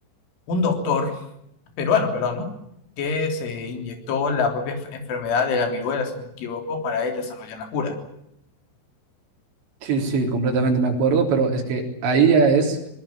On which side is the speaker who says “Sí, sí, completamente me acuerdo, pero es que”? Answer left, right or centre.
Right